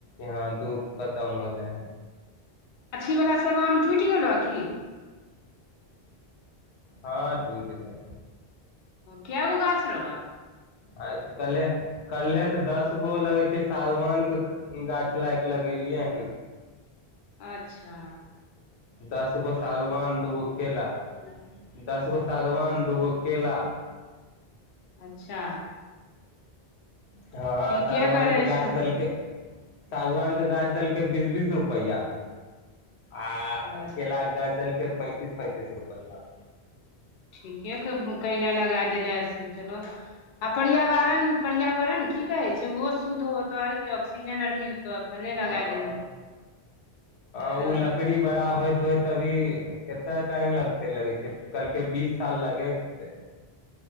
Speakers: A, on the left (about 80°); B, on the left (about 60°).
A: यहाँ धूप खतम होलै है
B: गाछी बला सब आम टुटि गेलऽ की
A: हँ टूट गेले
B: क्या गो गाछ रह।
A: आइत कले कल्हे तऽ दस गो लगै छै सागवान के गाछ लाइ कऽ लगेलियै हन
B: अच्छह
A: दस गो सागवान दूगो केला
B: हम्म,
A: दस गो सागवान दूगो केला
B: अच्छा
A: हँ
B: ठीके
A: सागवानके
B: करै
A: गाछ
B: छहो
A: देलकै सागवानके गाछ देलकै बीस बीस रुपैया आ
B: अच्छा
A: केलाक गाछ देलकै पैतीस पैतीस रुपैया मऽ
B: ठीके कऽ केला लगा देले से चलो आ पर्यावरण पर्यावरण की कहे छै ऊहो शुद्ध होतो और की ऑक्सीजन आर मिलतौ भले
A: हँ
B: लगा देलहो तऽ
A: ओ लकड़ी बड़ा होइत होइत तभी के तऽ टाइम लगते लगे छै कलके बीस साल लगेतै